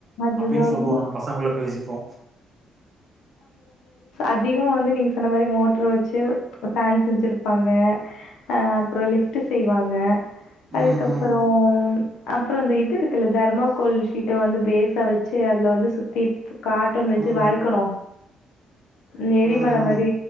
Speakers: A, on the left; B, on the right.
A: அதுதான்
B: அப்டின்னு சொல்லுவோ
A: அதுதான்.
B: நம் பசங்கள்ள பேசிப்போ
A: அதிகமாக வந்து நீங்க சொன்ன மாரி மோட்ரு வச்சு ஃபேன் செஞ்சுருப்பாங்க அ அப்புற லிஃப்ட்டு செய்வாங்க
B: ம்
A: அதுக்கப்புறம்
B: ம்
A: அப்புற இந்த இது இருக்குல தெர்மாகோல்ஷீட்ட வந்து பேஸ் வச்சு அதுல வந்து சுத்தி காட்டன் வச்சு
B: ம்
A: வழ்க்கணு த
B: ம்
A: எரிமலை மாரி
B: ம்